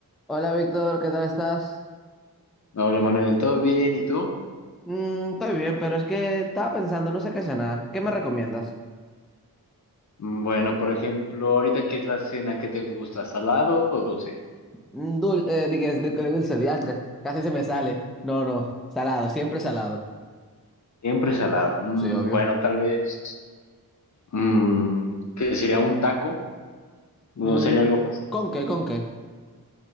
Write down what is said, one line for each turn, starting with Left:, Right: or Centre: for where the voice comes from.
Centre: Hola Víctor, ¿qué tal estás?
Left: Hola Manuel, ¿todo bien? ¿Y tú?
Centre: Mm, estoy bien, pero es que estaba pensando, no sé qué cenar. ¿Qué me recomiendas?
Left: Mm, Bueno, por ejemplo, ahorita qué es la cena que te gusta, ¿salado o dulce?
Centre: Mm, dul- eh, dije, de- de dulce, diantre. Casi se me sale. No, no, salado, siempre salado.
Left: Siempre salado. Mm,
Centre: Sí, obvio.
Left: bueno, tal vez mm, que sería un taco, no
Centre: Mm,
Left: sería algo fácil de
Centre: ¿con
Left: hacer.
Centre: qué, con qué?